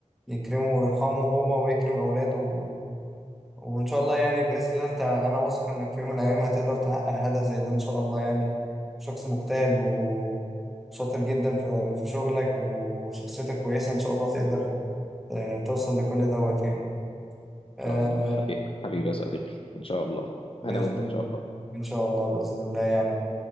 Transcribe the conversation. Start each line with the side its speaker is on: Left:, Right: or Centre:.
Centre: يكرمه ويرحمه هو ويكرم أولاده و... وإن شاء الله يعني بإذن الله أنت أنا واثق إنك في يوم من الأيام هتقدر تحقق هدف زي ده إن شاء الله يعني شخص مجتهد وشاطر جدا في في شغلك وشخصيتك كويسة إن شاء الله تقدر ت- توصل لكل دوت يعني آه
Left: شاء الله حبيبي حبيبي يا صديقي ان شاء الله
Centre: بإذن
Left: انا وانت ان
Centre: الله
Left: شاء الله
Centre: إن شاء الله بإذن الله يعني